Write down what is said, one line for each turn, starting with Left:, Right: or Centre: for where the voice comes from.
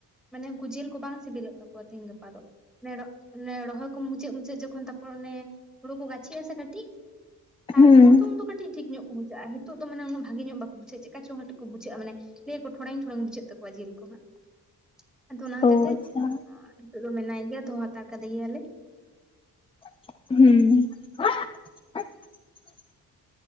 Centre: ᱢᱟᱱᱮ ᱩᱱᱠᱩ ᱡᱤᱞ ᱠᱚ ᱵᱟᱝ ᱥᱤᱵᱤᱞᱚᱜ ᱛᱟᱠᱚᱣᱟ ᱛᱮᱦᱤᱧ ᱜᱟᱯᱟ ᱫᱚ, ᱚᱱᱮ ᱨᱚᱦᱚᱭ ᱠᱚ ᱢᱩᱪᱟᱹᱫ ᱢᱩᱪᱟᱹᱫ ᱡᱚᱠᱷᱚᱱ ᱛᱟᱨᱯᱚᱨ ᱮ ᱦᱩᱲᱩ ᱠᱚ ᱜᱟᱪᱷ ᱜᱟᱪᱷᱤ ᱟᱥᱮ ᱠᱟᱹᱴᱤᱡ
Left: ᱦᱩᱸ
Centre: ᱛᱟᱨᱯᱚᱨ ᱫᱚ ᱩᱱ ᱫᱚ ᱠᱟᱹᱴᱤᱡ ᱠᱟᱴᱤᱡ ᱴᱷᱤᱠ ᱧᱚᱜ ᱠᱚ ᱵᱩᱡᱷᱼᱟ ᱱᱤᱛᱳ ᱫᱚ ᱢᱟᱱᱮ ᱩᱱᱟᱹ ᱵᱷᱟᱹᱜᱤ ᱧᱚᱜ ᱵᱟᱠᱚᱩᱡᱷᱟᱹᱜᱼᱟ ᱪᱮᱜ ᱠᱟ ᱪᱚᱝ ᱠᱟᱹᱴᱤᱡ ᱵᱩᱡᱷᱟᱹᱜᱼᱟ ᱢᱟᱱᱮ᱾ ᱞᱟᱹᱭ ᱟᱠᱚ ᱴᱷᱚᱲᱮᱝ ᱴᱷᱚᱲᱮᱝ ᱵᱩᱡᱟᱹᱜ ᱛᱟᱠᱚᱣᱟ ᱡᱤᱞ ᱠᱚ ᱦᱟᱸᱜ᱾ ᱟᱫᱚ ᱚᱱᱟ ᱦᱚᱛᱮᱡ
Left: ᱚ
Centre: ᱛᱮ
Left: ᱟᱪᱪᱷᱟ
Centre: ᱱᱤᱛᱳᱜ ᱫᱚ ᱢᱮᱱᱟᱭ ᱜᱮᱭᱟ ᱫᱚᱦᱚ ᱦᱟᱛᱟᱲ ᱠᱟᱫᱮ ᱜᱮᱭᱟᱞᱮ᱾
Left: ᱦᱩᱸ ᱾